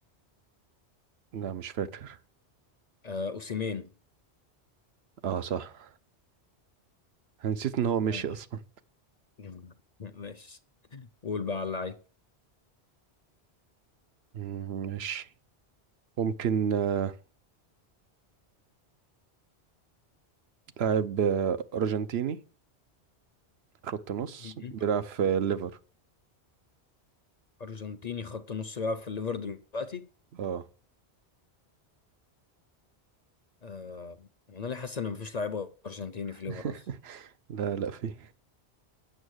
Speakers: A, on the right (about 70°); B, on the left (about 45°).
A: لا مش فاكر
B: آه اوسيمين
A: اه صح أنا نسيت ان هو مشي
B: ماشي
A: اصلا
B: <laughs> ماشي قول بقى على اللعيب
A: مم، ماشي ممكن آه لاعب آه ارجنتيني خط نص
B: مهم.
A: بيلعب في ليفر
B: ارجنتيني خط نص بيلعب في الليفر دلوقتي
A: اه
B: آه انا ليه حاسس ان مفيش لعيب ارجنتيني في الليفر
A: <laughs>
B: اصلا
A: لا لا في